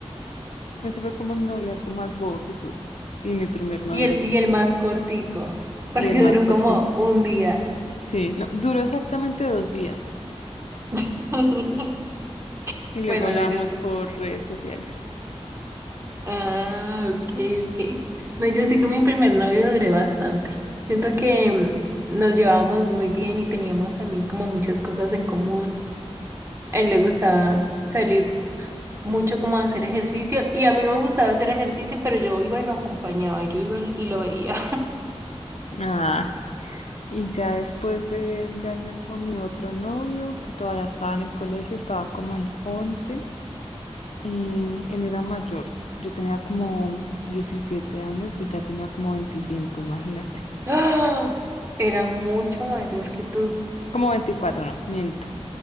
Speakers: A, on the left; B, on the right.
A: Ese fue como el noviazgo más bobo que tuve. Y mi primer noviazgo.
B: Y el, y el más cortico, porque
A: Y el más
B: duró
A: corto
B: como un día.
A: Sí, no, duró exactamente dos días
B: <laughs>
A: y luego
B: Bueno,
A: hablamos
B: duró. un-
A: por redes sociales.
B: Ah, ok, ok. No, yo sí con mi primer novio duré bastante. Siento que mm, nos llevábamos muy bien y teníamos también como muchas cosas en común. A él le gustaba salir mucho como a hacer ejercicio y a mí no me gustaba hacer ejercicio, pero yo iba y lo acompañaba, yo iba y lo veía.
A: Ah, y ya después de él ya era como mi otro novio, que todavía estaba en el colegio, estaba como en 11 y él era mayor. Yo tenía como 17 años y ya tenía como 25, imagínate.
B: <laughs> ¡Ah! Era mucho mayor que tú.
A: Como 24, no, miento.